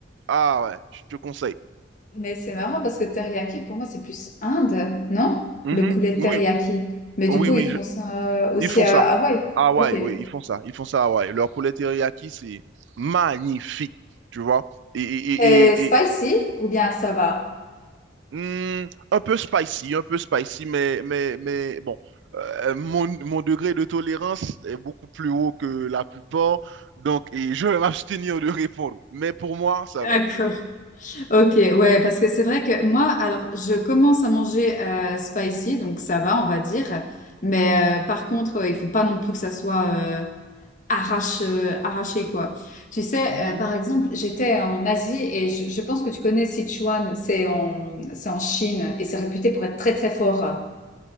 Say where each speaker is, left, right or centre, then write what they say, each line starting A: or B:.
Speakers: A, on the right; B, on the left.
A: Ah ouais, je te conseille.
B: Mais c'est marrant parce que teriyaki, pour moi, c'est plus Inde, non?
A: Mhm,
B: Le poulet
A: oui,
B: teriyaki. Mais
A: oui,
B: du coup,
A: oui,
B: ils font ça euh, aussi
A: Ils font
B: à
A: ça.
B: Hawaï.
A: Ah ouais,
B: Ok.
A: oui, ils font ça. Ils font ça à Hawaï. Leur poulet teriyaki, c'est magnifique, tu vois. Et, et- et-
B: C'est spicy
A: et- et,
B: ou bien ça va?
A: hmm, un peu spicy, un peu spicy, mais, mais, mais bon, euh, mon, mon degré de tolérance est beaucoup plus haut que la plupart. Donc, et je vais m'abstenir de répondre. Mais pour moi, ça
B: D'accord.
A: va.
B: Ok, ouais, parce que c'est vrai que moi, alors, je commence à manger euh, spicy, donc ça va, on va dire. Mais euh, par contre, euh, il faut pas non plus que ça soit euh, arrache, euh, arraché, quoi. Tu sais,
A: Mhm,
B: euh, par exemple, j'étais en Asie et je, je pense que tu connais Sichuan, c'est en, c'est en Chine et c'est réputé pour être très, très fort.